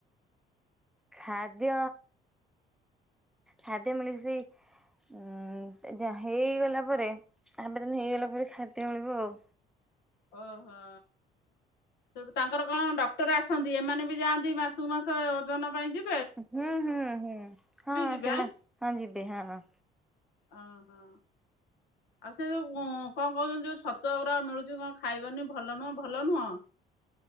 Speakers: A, in the centre; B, on the left.
A: ଖାଦ୍ୟ ଖାଦ୍ୟ ମିଳେ ସେଇ ଉଁ ହେଇଗଲା ପରେ ଆବେଦନ ହେଇଗଲା ପରେ ଖାଦ୍ୟ ମିଳିବ ଆଉ।
B: ଓହୋ। ସେଠୁ ତାଙ୍କର କଣ ଡକ୍ଟର ଆସନ୍ତି ଏମାନେ ବି ଯାଆନ୍ତି ମାସକୁ ମାସ ଓଜନ ପାଇଁ ଯି
A: ହୁଁ ହୁଁ ହୁଁ ହଁ
B: ଯିବେ
A: ସେମାନେ
B: ଆଁ?
A: ହଁ ଯିବେ ହଁ।
B: ଅ ହଁ। ଆଉ ସେ ଯୋଉ କଣ କହୁଛନ୍ତି ଯୋଉ ଛତୁଆଗୁଡା ମିଳୁଛି କଣ ଖାଇବନି ଭଲ ନୁହଁ ଭଲ ନୁହଁ?